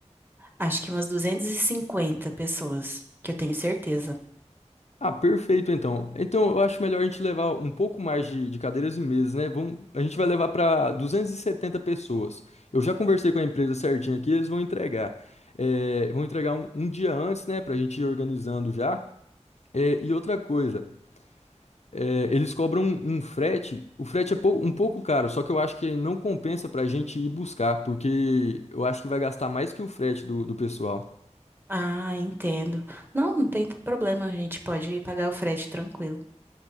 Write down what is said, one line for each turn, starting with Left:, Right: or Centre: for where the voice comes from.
Right: Acho que umas 250 pessoas, que eu tenho certeza.
Left: Ah, perfeito então. Então eu acho melhor a gente levar um pouco mais de, de cadeiras e mesas, né? Vamos, a gente vai levar para 270 pessoas. Eu já conversei com a empresa certinho aqui, eles vão entregar. É, vão entregar um, um dia antes, né? Para a gente ir organizando já. É, e outra coisa, é, eles cobram um, um frete. O frete é pou- um pouco caro, só que eu acho que não compensa para a gente ir buscar, porque eu acho que vai gastar mais que o frete do do pessoal.
Right: Ah, entendo. Não, não tem problema, a gente pode pagar o frete tranquilo.